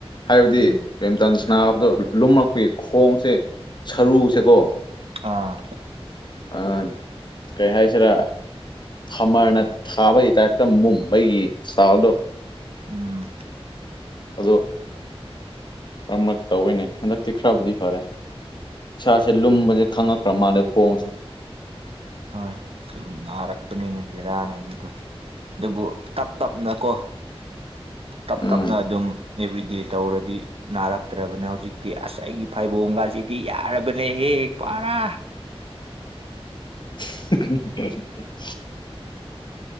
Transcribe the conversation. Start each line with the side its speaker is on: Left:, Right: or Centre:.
Left: ꯍꯥꯏꯕꯗꯤ
Right: ꯎꯝ
Left: ꯕꯦꯝꯇꯟꯁ ꯅꯥꯕꯗꯣ ꯂꯨꯝꯃꯛꯄꯩ ꯈꯣꯡꯁꯦ ꯁꯔꯨꯁꯦꯀꯣ
Right: ꯑꯥ
Left: ꯑ ꯀꯩ ꯍꯥꯏꯁꯤꯔꯥ ꯈꯝꯃꯔꯅ ꯊꯥꯕꯒꯤ ꯇꯥꯏꯞꯇ ꯃꯨꯝꯕꯩꯒꯤ ꯆꯥꯎꯗꯣ
Right: ꯎꯝ
Left: ꯑꯗꯣ ꯑꯃꯛ ꯇꯧꯑꯦꯅꯦ ꯍꯟꯗꯛꯇꯤ ꯈꯔꯕꯨꯗꯤ ꯐꯔꯦ ꯏꯁꯥꯁꯦ ꯂꯨꯝꯕꯁꯦ ꯈꯪꯉꯛꯈ꯭ꯔ ꯃꯥꯜꯂꯦ ꯈꯣꯡꯁꯦ
Right: ꯍꯣꯏ ꯗꯨꯅꯤ ꯅꯥꯔꯛꯄꯅꯤꯅꯦ ꯕꯤꯔꯥꯅꯦ ꯑꯗꯨꯗ ꯑꯗꯨꯕꯨ ꯇꯞ ꯇꯞꯅ ꯀꯣ ꯇꯞ
Left: ꯎꯝ
Right: ꯇꯞꯅ ꯑꯗꯨꯝ ꯑꯦꯕ꯭ꯔꯤꯗꯦ ꯇꯧꯔꯗꯤ ꯅꯥꯔꯛꯇ꯭ꯔꯕꯅꯦ ꯍꯧꯖꯤꯛꯇꯤ ꯑꯁ ꯑꯩꯒꯤ ꯐꯩꯕꯣꯝꯒꯁꯤꯗꯤ ꯌꯥꯔꯕꯅꯦꯍꯦ ꯄꯨꯔꯥ
Left: <unintelligible>